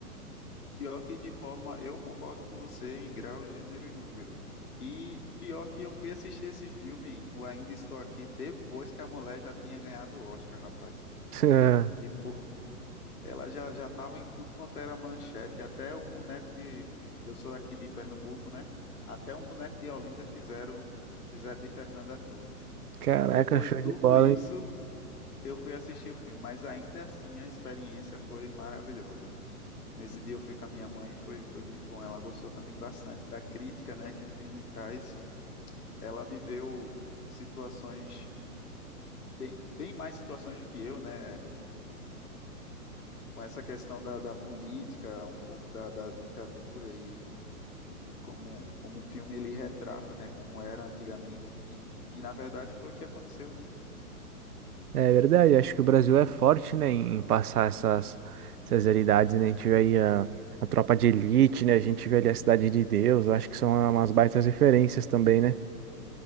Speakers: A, on the left; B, on the right.
A: Pior que de forma, eu concordo com você em grau, gênero e número. E pior que eu fui assistir esse filme, o Ainda Estou Aqui, depois que a mulher já tinha ganhado o Oscar, rapaz.
B: <laughs>
A: Tipo, ela já já estava em tudo quanto era manchete, até um boneco de, eu sou aqui de Pernambuco, né? Até um boneco de Olinda fizeram, fizeram de Fernanda Torres.
B: Caraca,
A: E depois
B: show
A: de tudo
B: de bola,
A: isso,
B: hein?
A: eu fui assistir o filme, mas ainda assim a experiência foi maravilhosa. Nesse dia eu fui com a minha mãe, foi, foi muito bom. Ela gostou também bastante da crítica, né, que o filme traz. Ela viveu situações bem, bem mais situações do que eu, né? Com essa questão da, da política, um pouco da, da ditadura e e tudo como, como o filme ele retrata, né? Como era antigamente, que, que na verdade foi o que aconteceu, né?
B: É verdade, acho que o Brasil é forte, né, em passar essas, essas realidades, né? A gente vê aí a, a tropa de elite, né? A gente vê ali a Cidade de Deus, eu acho que são umas baitas referências também, né?